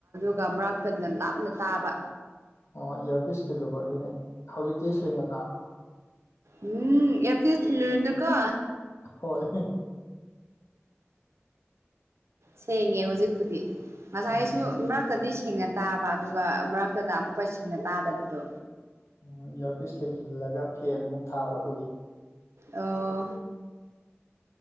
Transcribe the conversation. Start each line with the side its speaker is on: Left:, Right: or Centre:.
Right: ꯑꯗꯨꯒ ꯃꯔꯥꯛꯊꯟꯗꯅ ꯂꯥꯞꯅ ꯇꯥꯕ
Left: ꯑꯣ ꯏꯌꯥꯔꯐꯤꯁ ꯊꯤꯜꯂꯨꯕꯒꯤꯅꯦ ꯍꯧꯖꯤꯛꯇꯤ ꯁꯦꯡꯅ ꯇꯥꯔꯕ
Right: ꯎꯝ ꯑꯦꯌꯔꯐꯤꯁ ꯊꯤꯜꯂꯨꯅꯨꯀꯣ
Left: ꯍꯣꯏ
Right: ꯁꯦꯡꯉꯦ ꯍꯧꯖꯤꯛꯄꯨꯗꯤ ꯉꯁꯥꯏꯁꯨ
Left: ꯑꯣ
Right: ꯃꯔꯛꯇꯗꯤ ꯁꯦꯡꯅ ꯇꯥꯕ ꯑꯗꯨꯒ ꯃꯔꯛꯇꯗ ꯑꯃꯨꯛꯀ ꯁꯦꯡꯅ ꯇꯥꯗꯕꯗꯣ
Left: ꯎ ꯏꯌꯥꯔꯄꯤꯁ ꯊꯤꯜꯂꯒ ꯐꯦꯟ ꯃꯨꯛ ꯊꯥꯕ ꯑꯗꯨꯒꯤ
Right: ꯑꯣ